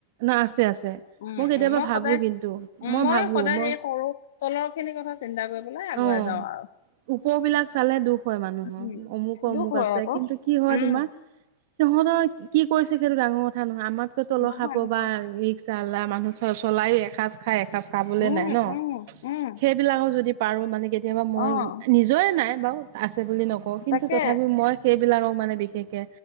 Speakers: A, on the right (about 55°); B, on the left (about 70°).
A: ন আছে আছে
B: উম,
A: মই কেতিয়াবা
B: উম,
A: ভাবো
B: সদায়
A: কিন্তু
B: উম,
A: মই
B: ময়ো
A: ভাবো
B: সদায়
A: মই
B: সেই সৰু তলৰ খিনি কথা চিন্তা কৰি পেলাই আগুৱাই
A: অ
B: যাওঁ আৰু।
A: ওপৰবিলাক চালে দুখ হয় মানুহৰ
B: উম,
A: অমুকো
B: দুখ
A: অমুক
B: হয়
A: আছে
B: আকৌ।
A: কিন্তু কি হয়
B: উম,
A: তোমাৰ সিহঁতৰ কি কৈছে সেইটো ডাঙৰ কথা নহয় আমাৰ তকৈ তলৰ
B: নহয়,
A: খাপ
B: নহয়,
A: বা মিস্ক জালা মানুহ চ চলায়ো এসাঁজ খাই এসাঁজ খাবলে
B: উম,
A: নাই ন
B: উম, উম,
A: সেইবিলাকো যদি আৰু মানে কেতিয়াবা মইও
B: অ',
A: নিজৰে এ নাই বাৰু আ বুলি নকওঁ কিন্তু
B: তাকে,
A: তথাপি মই সেই বিলাকক মানে বিশেষকে